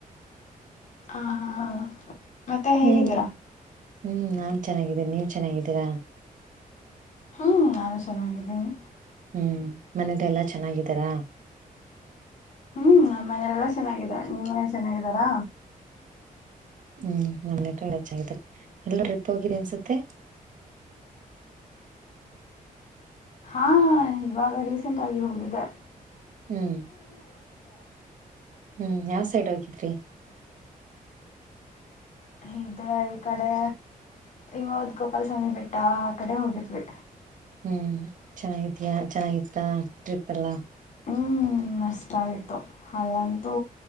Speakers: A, on the left; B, on the right.
A: ಆ ಹಾ. ಮತ್ತೆ ಹೇಗಿದಿರಾ.
B: ಹ್ಮ್ ಹ್ಮ್ ನಾನ್ ಚೆನ್ನಾಗಿದ್ದೇನ ನೀವ್ ಚೆನ್ನಾಗಿದಿರಾ.
A: ಹ್ಮ್ ನಾನು ಚನ್ನಾಗಿದಿನಿ.
B: ಹ್ಮ್ ಮನೇದ್ ಎಲ್ಲಾ ಚೆನ್ನಾಗಿದಾರಾ.
A: ಹ್ಮ್ ನಮ್ಮ್ ಮನೇಲೆಲ್ಲಾ ಚೆನ್ನಾಗಿದಾರೆ ನಿಮ್ಮ್ ಮನೇಲಿ ಚೆನ್ನಾಗಿದಾರಾ.
B: ಹ್ಮ್ ನಮ್ <unintelligible> ಎಲ ಚಾಗಿದರ್ ಎಲ್ಲೋ ಟ್ರೀಪ್ ಹೋಗಿರ್ ಅನ್ಸತ್ತೆ.
A: ಹಾ ಇವಾಗ್ ಹಾ ರೀಸೆಂಟ್ ಆಗಿ ಹೋಗಿದ್ದೆ.
B: ಹ್ಮ್ ಹ್ಮ್ ಯಾವ್ಸ್ ಸೈಡ್ ಹೋಗಿದ್ರಿ?
A: ಇದೆ ಈ ಕಡೆ ಇವದ್ ಗೋಪಾಲಸ್ವಾಮಿ ಬೆಟ್ಟ ಆ ಕಡೆ ಹೋಗಿದ್ವಿ.
B: ಹ್ಮ್ ಚೆನ್ನಾಗಿದಿಯ ಚೆನ್ನಾಗಿತ್ತ ಟ್ರಿಪ್ ಎಲ್ಲಾ?
A: ಹ್ಮ್ ಮಸ್ತಾಗಿತ್ತು ಅಲ್ಲಂತೂ